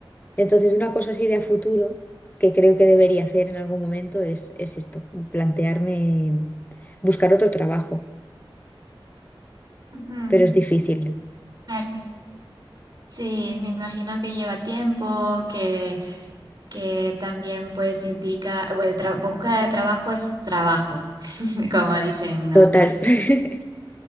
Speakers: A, on the left (about 20°); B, on the right (about 50°).
A: Entonces, una cosa así de a futuro que creo que debería hacer en algún momento es, es esto, plantearme buscar otro trabajo,
B: Ujú,
A: pero es difícil.
B: Claro. Sí, me imagino que lleva tiempo, que, que también pues implica, bueno, el tra- búsqueda de trabajo es trabajo, <laughs> como dicen, ¿no?
A: Total. <laughs>